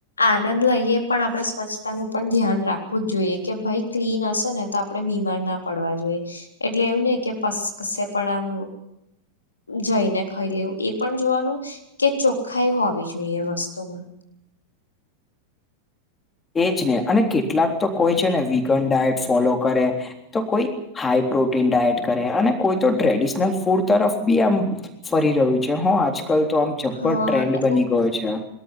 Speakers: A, on the left (about 75°); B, on the left (about 15°).
A: આનંદ લઈએ પણ આપણે સ્વચ્છતા નુ પણ ધ્યાન રાખવું જ જોઈએ કે ભાઈ ક્લીન હશે ને ત આપડણે બીમાર ના પડવા જોઈએ એટલે એવ નઈ કે કશે પણ આમ જઈને ખઈ લેવું એ પણ જોવાનુ કે ચોખ્ખાઈ હોવી જોઈએ એ વસ્તુમા.
B: એજ ને અને કેટલાક તો કોઈ છે ને વિગન ડાયટ ફોલો કરે. તો કોઈ હાઈ પ્રોટીન ડાયટ કરે અને કોઈ તો ટ્રેડિશનલ ફૂડ તરફ બી આમ ફરી રહ્યું છે હ આજકાલ તો આમ જપ્પર
A: હા
B: ટ્રેન્ડ
A: એટલે
B: બની ગયો છે.